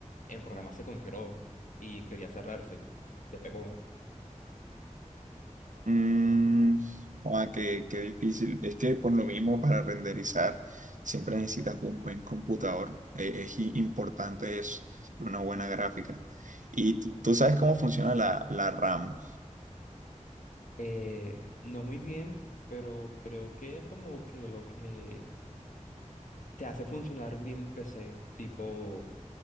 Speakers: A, on the left; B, on the right.
A: el programa se congeló y quería cerrarse, se pegó.
B: Mm, ah, qué, qué difícil. Es que por lo mismo para renderizar siempre necesitas un buen computador. Eh, es i- importante es una buena gráfica. Y tú tú sabes cómo funciona la, la RAM.
A: Eh, no muy bien, pero creo que es como que lo que te hace funcionar bien el PC, tipo